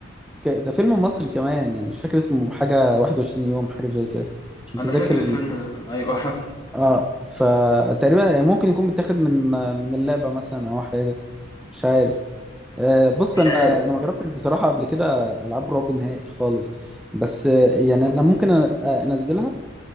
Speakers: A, in the centre; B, on the left.
A: ك- ده فيلم مصري كمان يعني مش فاكر اسمه حاجة 21 يوم حاجة زي كده مش متذكر
B: انا فاكر الفيلم ده ايوه <laughs> فاكره
A: اه فتقريبا ممكن يكون متاخد من من اللعبه مثلا او حاجه مش عارف آه بص
B: مش
A: انا
B: عارف
A: انا ما جربتش بصراحه قبل كده العاب رعب نهائي خالص بس آه، يعني انا ممكن أن- انزلها